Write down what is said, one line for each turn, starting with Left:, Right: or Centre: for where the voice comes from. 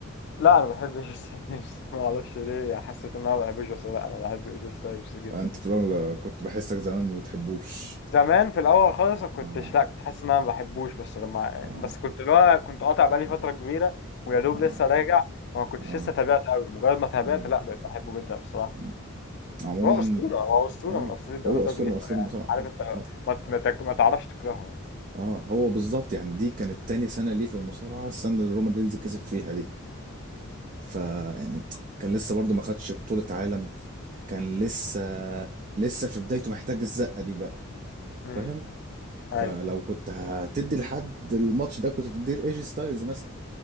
Left: لا انا بحب ايجي <laughs> ستايلز ما اعرفش <laughs> ليه يعني حسيت ان انا ما بحبش بس لا انا بحب ايجي ستايلز جدا
Right: انت في الاول كنت بحسك زمان ما بتحبوش
Left: زمان في الاول خالص ما كنتش
Right: اه
Left: لا كنت حاسس ان انا ما بحبوش بس لما
Right: اه
Left: بس كنت اللي هو كنت قاطع بقالي
Right: اه
Left: فتره كبيره ويا دوب
Right: اه
Left: لسه راجع وما كنتش
Right: اه
Left: لسه تابعت قوي مجرد ما تابعت
Right: مم،
Left: لا بقيت بحبه جدا الصراحه
Right: مم. عموما
Left: هو اسطوره هو اسطوره
Right: اه
Left: من اساطير الدوري
Right: هو
Left: دبليو
Right: اسطوره
Left: اي
Right: من
Left: فيعني
Right: اساطير المصارعه
Left: عارف انت
Right: اه
Left: ما ت- ما تك- ما تعرفش تكرهه يعني.
Right: اه هو بالظبط يعني دي كانت تاني سنه ليه في المصارعه السنه اللي رومان رينز كسب فيها دي فيعني كان لسه برضه ما خدش بطوله عالم كان لسه لسه في بدايته محتاج الزقه دي بقى
Left: امم
Right: فاهم فلو
Left: ايوه
Right: كنت هتدي لحد الماتش ده كنت تديه لايجي ستايلز مثلا